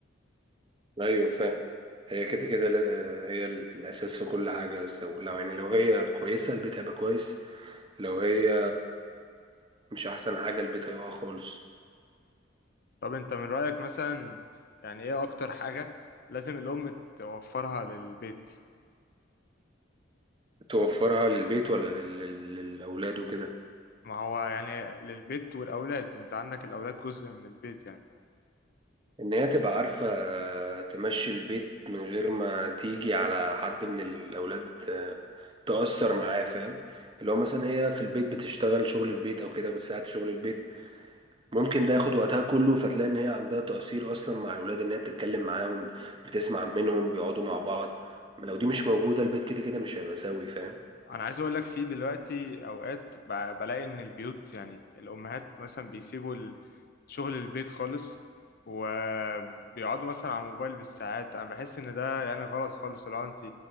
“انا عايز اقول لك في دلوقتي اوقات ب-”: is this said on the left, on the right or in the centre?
Left